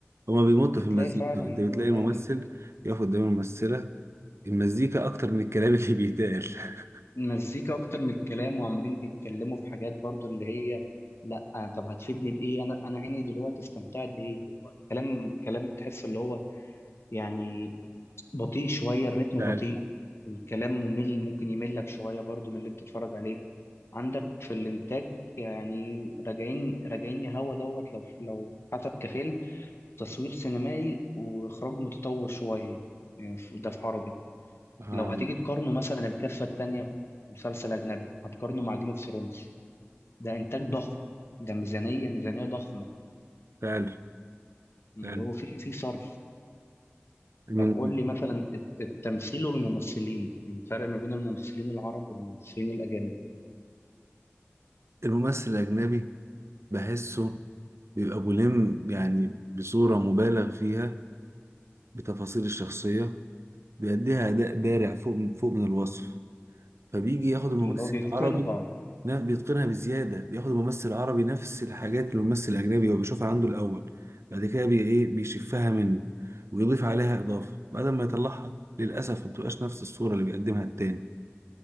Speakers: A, on the right; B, on the left.
A: هما بيمطوا
B: بتلاقي
A: في المزيكا
B: فعلا
A: انت
B: الجو
A: بتلاقي
B: ده
A: الممثل يقف قدام الممثلة المزيكا اكتر من الكلام اللي بيتقال <laughs>
B: مزيكا اكتر من الكلام وعمالين بيتكلموا في حاجات برضو اللي هي لا طب هتفيدني بايه انا انا عيني دلوقتي استمتعت بايه هو كلام كلام تحس اللي هو يعني بطيء شويه الريتم
A: فعلا
B: بطيء الكلام ممل ممكن يملك شويه برضو من اللي انت تتفرج عليه عندك في الانتاج يعني راجعين راجعين يا هوا دوت لو لو حسب كفيلم تصوير سينمائي واخراج متطور شويه يعني ده في عربي
A: آه.
B: لو هتيجي تقارنه مثلا الكفة التانية بمسلسل أجنبي هتقارنه مع جيم اوف ثرونز ده إنتاج ضخم ده ميزانية ميزانية ضخمة
A: فعلا
B: اللي
A: فعلا
B: هو فيه فيه صرف
A: من
B: طب قول لي مثلا الت- التمثيل والممثلين الفرق ما بين الممثلين العرب والممثلين الأجانب
A: الممثل الاجنبي بحسه بيبقى ملم يعني بصورة مبالغ فيها بتفاصيل الشخصية بيأديها أداء بارع فوق فوق من الوصف فبيجي ياخد الممثل
B: اللي هو بيتقنها
A: العربي نا- بيتقنها بزيادة بياخد الممثل العربي نفس الحاجات اللي الممثل الأجنبي هو بيشوفها عنده الأول بعد كده بي إيه بيشفها منه ويضيف عليها إضافة بعد ما يطلعها للأسف ما بتبقاش نفس الصورة اللي بيقدمها التاني